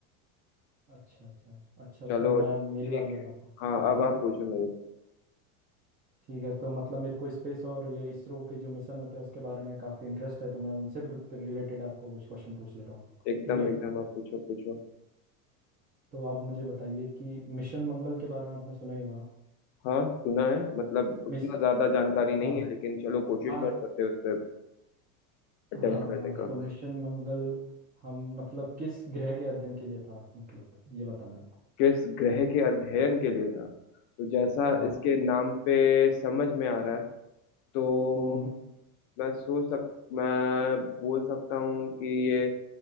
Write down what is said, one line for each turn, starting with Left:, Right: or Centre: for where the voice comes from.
Right: अच्छा अच्छा अच्छा
Left: चलो
Right: तो मैं मेरी
Left: ठीक
Right: बारी अब
Left: है
Right: आपको पूछने
Left: हाँ
Right: की है
Left: अब
Right: ना
Left: आप पूछो मेरे से
Right: ठीक है तो मतलब मेरे को स्पेस और ये इसरो के जो मिशन होते हैं उसके बारे में काफ़ी इंटरेस्ट है तो मैं उनसे रिलेटेड आपको कुछ क्वेश्चन पूछ लेता हूँ
Left: एकदम
Right: ठीक है
Left: एकदम आप पूछो पूछो
Right: तो आप मुझे बताइए कि मिशन मंगल के बारे में आपने सुना ही होगा
Left: हाँ सुना है मतलब उतना
Right: मिस
Left: ज्यादा जानकारी नहीं
Right: हाँ हाँ
Left: है लेकिन चलो कोशिश
Right: हाँ
Left: कर सकते हैं उस पर अटेम्प्ट
Right: हाँ
Left: करने
Right: हाँ
Left: का
Right: तो मिशन मंगल हम मतलब किस ग्रह के अध्ययन के लिए था मतलब ये बताना आपको
Left: किस ग्रह के अध्ययन के लिए था तो जैसा
Right: हाँ
Left: इसके नाम पे समझ में आ रहा है तो
Right: हम्म हम्म।
Left: मैं सोच सक मैं बोल सकता हूँ कि ये